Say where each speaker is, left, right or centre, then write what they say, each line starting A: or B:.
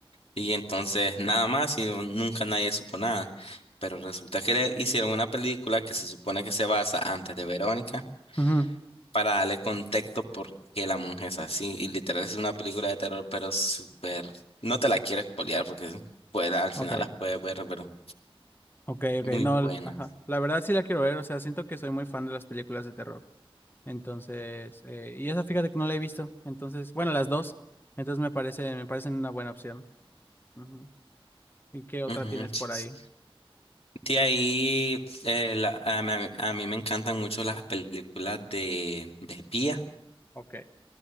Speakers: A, on the left (about 85°); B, on the left (about 20°).
A: Y entonces nada más y nu- nunca nadie supo nada. Pero resulta que le hicieron una película que se supone que se basa antes de Verónica
B: Ujú.
A: para darle contexto por qué la mujer es así. Y literal es una película de terror, pero súper... No te la quiero spoilear porque pues, al final
B: Ok.
A: la puedes ver, pero
B: Ok,
A: muy
B: ok. No,
A: buena.
B: l- ajá. La verdad sí la quiero ver, o sea, siento que soy muy fan de las películas de terror. Entonces, eh, y esa fíjate que no la he visto. Entonces, bueno, las dos. Entonces me parece, me parecen una buena opción. Ujú. ¿Y qué otra
A: Ujú,
B: tienes
A: sí,
B: por
A: sí.
B: ahí?
A: De ahí eh, la- a, mí, a mí- a mí me encantan mucho las películas de, de espía.
B: Ok.